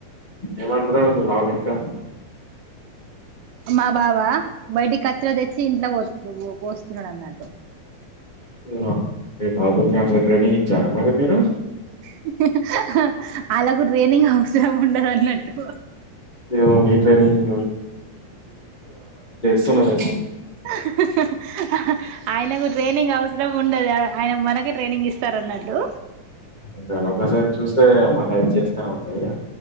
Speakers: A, on the left (about 45°); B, on the right (about 75°).
A: ఏమంటున్నాడు మీ బాబు ఇంకా
B: మా బాబా బయటికి కచ్చ్ర తెచ్చి ఇంట్లో పోస్తున్నాడు అన్నట్టు
A: ఆ బాబుకే అట్లా ట్రైనింగ్ ఇచ్చారా మరి మీరు
B: హిహి హిహి హహ్ ఆల్లకు ట్రైనింగ్ అవసరం ఉండదు అన్నట్టు
A: ఏమో మీ ట్రైనింగ్ సునాదె
B: అహి హి అహ్హ హ్ హ హ్ ఆయన గురి ట్రైనింగ్ అవసరం ఉండదు ఆయన మనక ట్రైనింగ్ ఇస్తారు అన్నట్టు
A: అంతేనా? ఒకసారి చూస్తే మళ్ళీ అది చేస్తూనే ఉంటారు ఇగ.